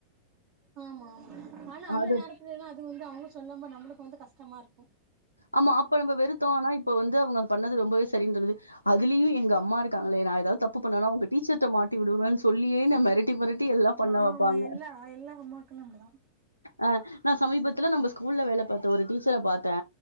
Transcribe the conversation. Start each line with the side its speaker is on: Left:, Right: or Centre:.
Right: ஆமா ஆமா ஆனா அந்த
Left: அது
Right: நேரத் துலன்னா அது வந்து அவங்க சொல்லாம நம்மளுக்கு வந்து கஷ்டமா இருக்கு
Left: ஆமா அப்ப நம்ம வெறுத்தோ ஆனா இப்ப வந்து அவங்க பண்ணது ரொம்பவே சரின் தோணுது அதுலயு எங்க அம்மா இருக்காங்களே நா ஏதாவது தப்பு பண்ணணா உங்க டீச்சர்ட்ட மாட்டி விடுவேனு சொல்லியே என்ன மெரட் ட்டி மெரட்டி எல்லா பண்ண
Right: ஆமா
Left: வப்பாங்க
Right: எல்லா எல்லா அம்மாக்களு அப்டிதா
Left: ஆ நா சமீபத்துல நம்ம ஸ்கூல்ல வேல பாத்த ஒரு டீச்சர பாத்தே